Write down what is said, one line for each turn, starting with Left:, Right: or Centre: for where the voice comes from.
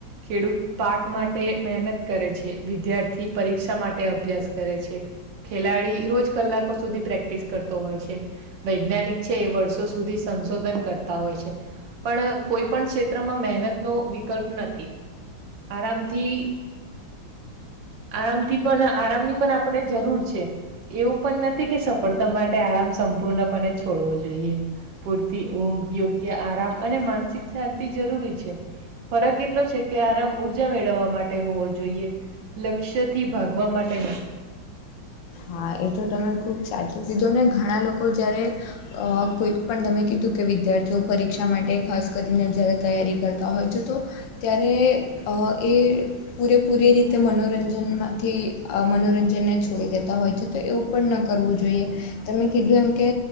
Right: ખેડૂત પાક માટે મહેનત કરે છે. વિદ્યાર્થી પરીક્ષા માટે અભ્યાસ કરે છે. ખેલાડી રોજ કલાકો સુધી પ્રેક્ટિસ કરતો હોય છે. વૈજ્ઞાનિક છે એ વર્ષો સુધી સંશોધન કરતા હોય છે. પણ કોઈ પણ ક્ષેત્રમાં મહેનતનો વિકલ્પ નથી. આરામથી, આરામથી પણ આરામની પણ આપણે જરૂર છે. એવું પણ નથી કે સફળતા માટે ટે આરામ સંપૂર્ણપણે છોડવો જોઈએ. પૂરતી ઊંઘ યોગ્ય આરામ અને માનસિક શાંતિ જરૂરી છે. ફરક એટલો છે કે આરામ ઉર્જા મેળવવા માટે હોવો જોઈએ. લક્ષ્યથી ભાગવા માટે નઈ.
Left: હા એ તો તમે ખૂબ સાચું કીધું, ને ઘણા લોકો જયારે અ, કોઈક પણ તમે કીધું કે વિદ્યાર્થીઓ પરીક્ષા માટે ખાસ કરીને જ્યારે તૈયારી કરતા હોય છે, તો ત્યારે અહ એ પૂરેપૂરી રીતે મનોરંજન માંથી, અહ મનોરંજનને છોડી દે અ.. છતાં એવું પણ ન કરવું જોઈએ. તમે કીધું એમ કે